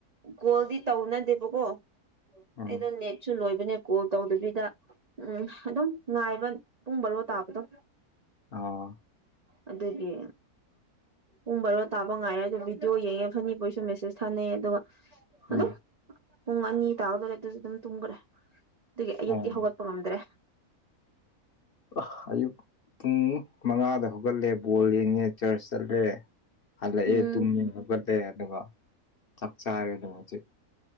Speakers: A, on the right (about 80°); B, on the left (about 55°).
A: ꯒꯣꯜꯗꯤ ꯇꯧꯅꯗꯦꯕꯀꯣ
B: ꯎꯝ
A: ꯑꯩꯗꯣ ꯅꯦꯠꯁꯨ ꯂꯣꯏ ꯅꯦ ꯀꯣꯜ ꯇꯧꯗꯕꯤꯗ ꯎꯝ ꯑꯗꯨꯝ ꯉꯥꯏꯕ ꯄꯨꯡ ꯔꯣ ꯇꯥꯕꯗꯣ
B: ꯑꯣ
A: ꯑꯗꯨꯗꯒꯤ ꯄꯨꯡ ꯕꯥꯔꯣ ꯇꯥꯕ ꯉꯥꯏꯔꯦ ꯑꯗꯨꯣ ꯚꯤꯗꯤꯑꯣ ꯌꯦꯡꯉꯦ ꯐꯅꯤꯄꯣꯏꯁꯨ ꯃꯦꯁꯦꯁ ꯊꯥꯅꯩ ꯑꯗꯨꯒ
B: ꯑ
A: ꯑꯗꯨꯝ ꯄꯨꯡ ꯑꯅꯤ ꯇꯥꯒꯗꯧꯣꯔꯦ ꯑꯗꯨꯁꯨ ꯑꯗꯨꯝ ꯇꯨꯝꯈ꯭ꯔꯦ ꯑꯗꯨꯒꯤ ꯑꯌꯨꯛꯇꯤ
B: ꯑꯣ
A: ꯍꯧꯒꯠꯄ ꯉꯝꯗ꯭ꯔꯦ
B: ꯑ ꯑꯌꯨꯛ ꯄꯨꯡ ꯃꯉꯥꯗ ꯍꯧꯒꯠꯂꯦꯕꯨ ꯕꯣꯜ ꯌꯦꯡꯉꯦ ꯆꯔꯆ ꯆꯠꯂꯦ ꯍꯜꯂꯛꯑꯦ
A: ꯎꯝ
B: ꯇꯨꯝ ꯌꯦ ꯍꯧꯒꯠꯂꯦ ꯑꯗꯨꯒ ꯆꯞꯆꯥ ꯍꯥꯏꯗ ꯃꯣꯖꯤꯦ